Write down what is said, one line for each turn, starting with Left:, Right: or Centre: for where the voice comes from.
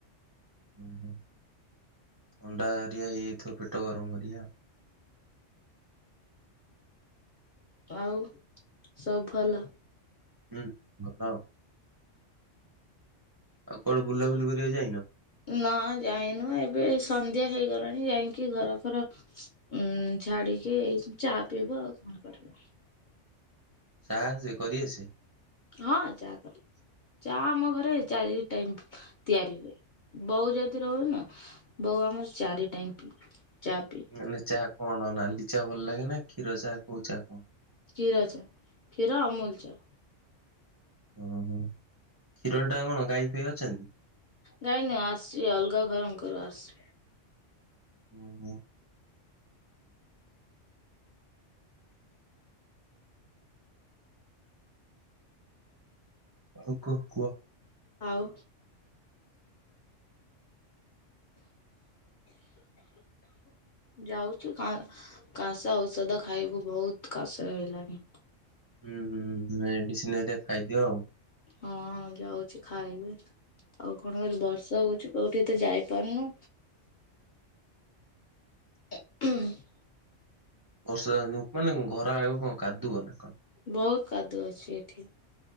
Right: ହୁଁ ହୁଁ ଥଣ୍ଡା ଏରିକା ହେଇଯାଇଥିବ ପେଟ ଗରମ ଘରିକା।
Left: ଆଉ ସବୁ ଭଲ?
Right: ହୁଁ ହଁ। ଆଉ କୁଆଡେ ବୁଲାବୁଲି କରିବାକୁ ଯାଇନ?
Left: ନା ଯାଇନୁ ଏବେ ସନ୍ଧ୍ୟା ହେଇଗଲାଣି ଯାଇକି ଘର ଫର ଉଁ ଝାଡିକି ଏ ଚା ପିଇବ ଆଉ କଣ କରିବା।
Right: ଚା ସେ କରି ଆସେ?
Left: ହଁ ଚା କରି ଆସେ, ଚା ଆମ ଘରେ ଚାରି ଟାଇମ ତିଆରି ହୁଏ। ବୋଉ ଜଦି ରହେନା ବୋଉ ଆମର ଚାରି ଟାଇମ ପିଏ ଚା ପି
Right: ମାନେ ଚା କଣ ନାଲି ଚାହା ଭଲ ଲାଗେ ନା କ୍ଷୀର ଚାହା କୋଉ ଚା କଣ?
Left: କ୍ଷୀର ଚା କ୍ଷୀର ଅମୁଲ ଚା
Right: ଓହୋ କ୍ଷୀର ଟା କଣ ଗାଈ <unintelligible> ଅଛନ୍ତି?
Left: ଗାଇ ନାଇଁ ଆସ ଲଗା ଘର ଙ୍କର <unintelligible>
Right: ଉଁ ହୁଁ। ଆଉ କଣ କୁହ?
Left: ଆଉ ଯାଉଛୁ କାଶ ଔଷଧ ଖାଇବୁ ବହୁତ କାଶ ହେଇଲାଣି।
Right: ହୁଁ ହୁଁ ମେଡିସିନ ହେରିକା ଖାଇଦିଅ ଆଉ।
Left: ହଁଁ ଯାଉଛି ଖାଇବବି ଆଉ କଣ କରିବି ବର୍ଷା ହୋଉଚୁ। କୋଉଠି ତ ଯାଇପାରୁନୁ। <unintelligible>
Right: ହଁ, <unintelligible> ମାନେ ଘର ଆଗ କଣ କାଦୁଅ ନା କଣ?
Left: ବହୁତ କାଦୁଅ ଅଛି ଏଠି।